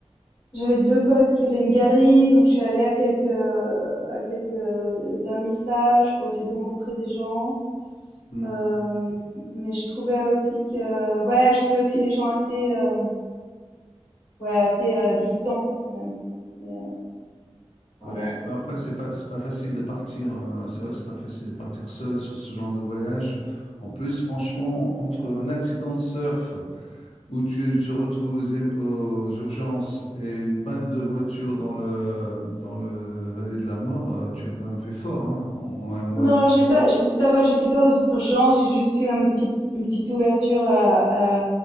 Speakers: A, on the left; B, on the left.
A: J'avais deux potes qui avaient une galerie, donc je suis allée à quelques à quelques euh, vernissages pour essayer de rencontrer des gens.
B: peu.
A: Euh, mais je trouvais aussi que, ouais, je trouvais aussi les gens assez, euh, ouais, assez euh, distants quand même. Mais euh, voilà,
B: Ouais, mais après, c'est pas, c'est pas facile de partir. euh, c'est vrai que c'est pas facile de partir seul sur ce genre de voyage. En plus, franchement, en- entre un accident de surf où tu te retrouves aux, é- aux urgences et une panne de voiture dans le, dans le- la vallée de la mort, euh, tu as quand même fait fort, hein, en, en un mois.
A: Non, j'ai pas j'ai ça va, j'étais pas aux urgences, j'ai juste fait un petit une petite ouverture à à